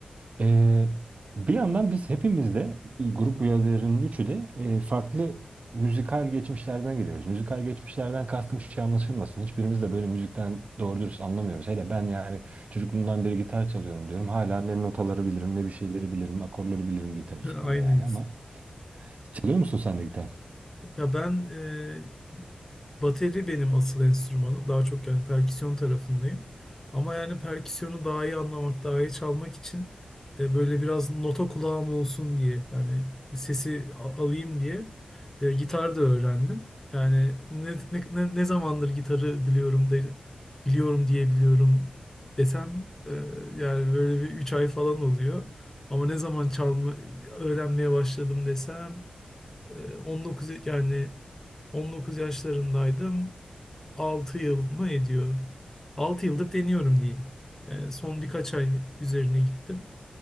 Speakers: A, on the right; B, on the left.
A: Ee, bir yandan biz hepimiz de grup üyelerinin üçü de e, farklı müzikal geçmişlerden geliyoruz. Müzikal geçmişlerden kastım şey anlaşılmasın. Hiçbirimiz de böyle müzikten doğru dürüst anlamıyoruz. Hele ben yani çocukluğumdan beri gitar çalıyorum diyorum. Hala ne notaları bilirim ne bir şeyleri bilirim, akorları bilirim gitar üstünde
B: ben. <laughs> Aynıyız.
A: yani ama çalıyor musun sen de gitar?
B: Ya ben e, bateri benim asıl enstrümanım. Daha çok yani perküsyon tarafındayım. Ama yani perküsyonu daha iyi anlamak, daha iyi çalmak için e, böyle biraz nota kulağım olsun diye yani sesi a- alayım diye e, gitar da öğrendim. Yani ne, ne, ne, ne zamandır gitarı biliyorum de, biliyorum diye biliyorum desem e, yani böyle bir 3 ay falan oluyor. Ama ne zaman çalma öğrenmeye başladım desem ee, 19 yani 19 yaşlarındaydım. 6 yıl mı ediyor? 6 yıldır deniyorum diyeyim. Yani son birkaç ay üzerine gittim.